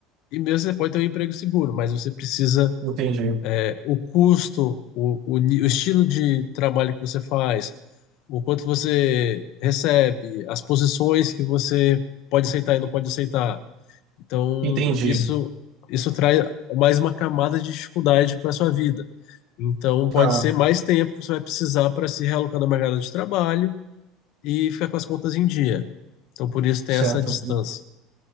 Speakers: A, on the left (about 65°); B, on the right (about 60°).
A: e mesmo você pode ter um emprego seguro, mas você precisa
B: Entendi.
A: o custo, o, o, ni- o estilo de trabalho que você faz, o quanto você recebe, as posições que você pode aceitar e não pode aceitar. Então,
B: Entendi.
A: isso, isso traz mais uma camada de dificuldade para sua vida. Então,
B: Tá,
A: pode ser mais tempo que você vai precisar para se realocar no mercado de trabalho e ficar com as contas em dia. Então, por isso tem
B: certo.
A: essa distância.